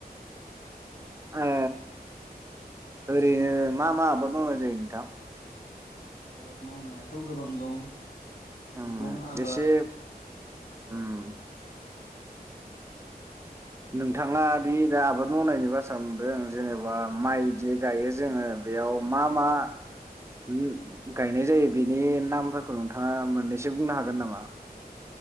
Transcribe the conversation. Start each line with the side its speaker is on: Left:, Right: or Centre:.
Right: ओ ओरैनो मा मा आबाद मावनाय जायो नोंथां?
Left: आबाद मावनाय आ थ' गोबां दं मैगं
Right: उम
Left: आबाद
Right: एसे उम नोंथाङा बे दा आबाद मावनायनि बाथ्रा बुंदों जेनेबा माइ जे गायो जोङो बेयाव मा मा उम गायनाय जायो, बेनि नामफोरखौ नोंथाङा मोननैसो बुंनो हागोन नामा?